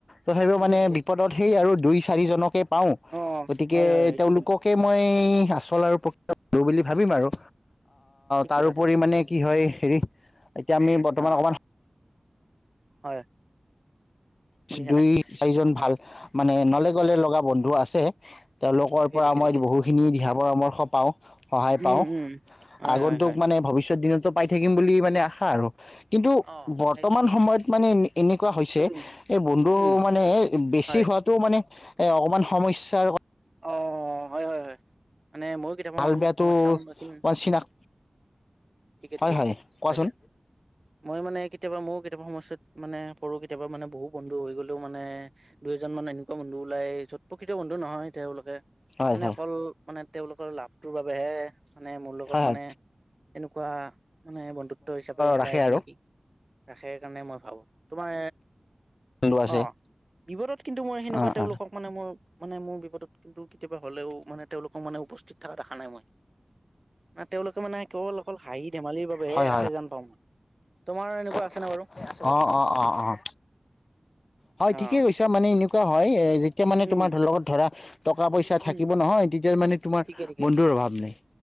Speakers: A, on the left (about 65°); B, on the right (about 45°).
A: তথাপিও
B: ঠিকে
A: মানে
B: ঠিকে
A: বিপদত সেই আৰু দুই চাৰিজনকে পাওঁ
B: অ
A: গতিকে
B: হয় হয় এইটো
A: তেওঁলোককে
B: কিন্তু
A: মই আচল আৰু প্ৰ বুলি ভাবিম আৰু
B: ঠিক
A: তাৰোপৰি
B: কথা ঠিক কথা
A: মানে কি হয় হেৰি এতিয়া আমি বৰ্তমান
B: অ
A: অকণমান
B: হয় শুনিছানে
A: দুই চাৰিজন ভাল
B: অ
A: মানে ন গ'লে লগা বন্ধু আছে তেওঁলোকৰ
B: ঠিকে
A: পৰা
B: ঠিকে
A: মমই
B: ঠিকে
A: বহুখিনি দিহা পৰামৰ্শ পাওঁ সহায়
B: উম
A: পাও
B: উম হয়
A: আগন্তুক
B: হয় হয়
A: মানে ভৱিষ্যত দিনত পাই থাকিম বুলি মানে আশা আৰু কিন্তু
B: অ
A: বৰ্তমান
B: সেইটো
A: সময়ত মানে এনেকুৱা হৈছে
B: উম
A: এই বন্ধু
B: উম
A: মানে বেছি
B: হয়
A: হোৱাটো মানে এই অকমান সমস্যাৰ
B: অ হয় হয় হয় মানে ময়ো কিতাপৰন্
A: ভাল বেয়াটো
B: সমস্যয়াৰ সন্মুখীন
A: অকমান চিনাক
B: ঠিকে ঠিকে
A: হয়
B: ঠিকে
A: কোৱাচোন
B: হয় দিয়া মই মানে কেতিয়াবা ময়ো কিতাপৰ সময় মানে সৰু কেতিয়াবা মানে বহুত বন্ধু হৈ গ'লেও মানে দুই এজন মানে এনেকুৱা বন্ধু ওলাই চত প্ৰকৃত বন্ধু নহয়। তেওঁলোকে
A: হয়
B: মানে
A: হয়
B: অকল মানে তেওঁলোকৰ লাভটোৰ বাবেহে মানে মোৰ লগত
A: হয় হয়
B: মানে এনেকুৱা মানে বন্ধুত্ব হিচাপে মিলাই
A: ৰাখে
B: আছে
A: আৰু
B: নেকি ৰাখে কাৰণে মই ভাবো তোমাৰ
A: বন্ধু আছে
B: অ বিপদত কিন্তু মই সেনেকুৱা
A: অ অ
B: তেওঁলোকক মানে মোৰ মানে মোৰ বিপদত কিন্তু কেতিয়াবা হ'লেও মানে তেওঁলোকক মানে উপস্থিত থকা দেখা নাই মই, না তেওঁলোকে মানে কেৱল অকল হাঁহি ধেমালি হে
A: হয়
B: আছে যেন পাওঁ, তোমাৰ এনেকুৱা আছেনে
A: অৱ
B: বাৰু?
A: অৱ অৱ অৱ হয়
B: অ',
A: ঠিকে কৈছা মানে এনেকুৱা হয় যেতিয়া মানে
B: উম,
A: তোমাৰ লগত ধৰা টকা পইচা
B: উম,
A: থাকিব নহয় তেতিয়া মানে তোমাৰ
B: ঠিকে ঠিকে।
A: বন্ধুৰ অভাৱ নাই,